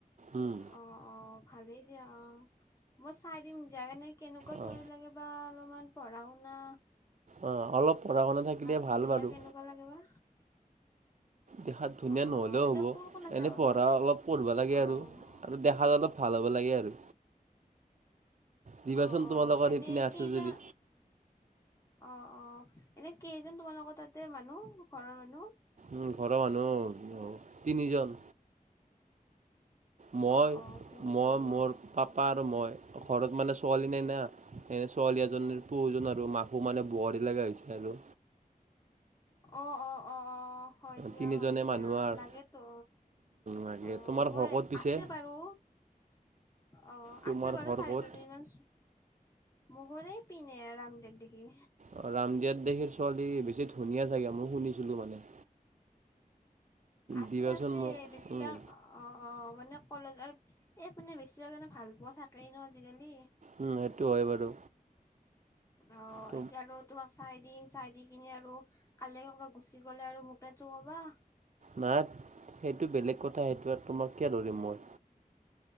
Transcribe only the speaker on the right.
উম,
অহ।
অ' অলপ পঢ়া শুনা থাকিলে
ভাল বাৰু।
দেখাত ধুনীয়া
নহ'লেও
হ'ব,
এনে
পঢ়া অলপ পঢ়িবা লাগে
আৰু দেখাত অলপ ভাল। হ'ব লাগে আৰু। দিবাচোন
তোমালোকৰ
সেইপিনে আছে
যদি
উম, ঘৰৰ মানুহ তিনিজন। মই,
মই মোৰ পাপা আৰু মই। ঘৰত মানে ছোৱালী নাই না, এনে ছোৱালী এজনীৰ প্ৰয়োজন আৰু মাকো মানে বোৱাৰী লগা হৈছে। হেল্ল'
তিনিজনে
মানুহ আৰু
লাগে
তোমাৰ
ঘৰ ক'ত পিছে
তোমাৰ
ঘৰ
ক'ত
অ ৰামদিয়াত দেশীৰ ছোৱালী বেছি ধুনীয়া জাগা মই শুনিছিলো মানে।
দিবাচোন
মোক
উম,
উম, হেইটো হয় বাৰু।
ত
নাই সেইটো বেলেগ কথা, সেইটো তোমাক কিয় ধৰিম মই।